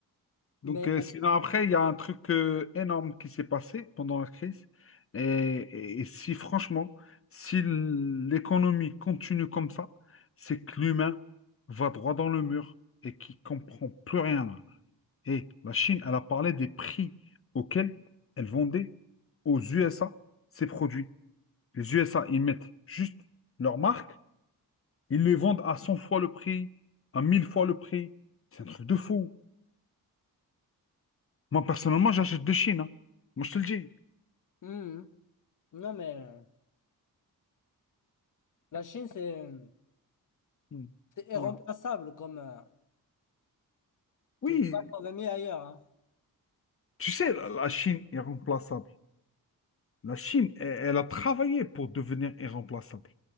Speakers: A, on the left (about 55°); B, on the left (about 35°).
A: Mais,
B: Donc, euh, sinon,
A: euh,
B: après, il y a un truc euh, énorme qui s'est passé pendant la crise. Et, et- et si, franchement, si l'économie continue comme ça, c'est que l'humain va droit dans le mur et qui comprend plus rien là. Et la Chine, elle a parlé des prix auxquels elle vendait aux USA ses produits. Les USA, ils mettent juste leur marque, ils les vendent à 100 fois le prix, à 1000 fois le prix. C'est un truc de fou. Moi, personnellement, j'achète de Chine. hein. Moi, je te le dis.
A: hum, non, mais euh, la Chine, c'est,
B: Mm.
A: c'est irremplaçable
B: Voilà.
A: comme, euh,
B: Oui,
A: tu peux pas trouver mieux ailleurs, hein.
B: tu sais, la la Chine est remplaçable. La Chine, elle, elle a travaillé pour devenir irremplaçable.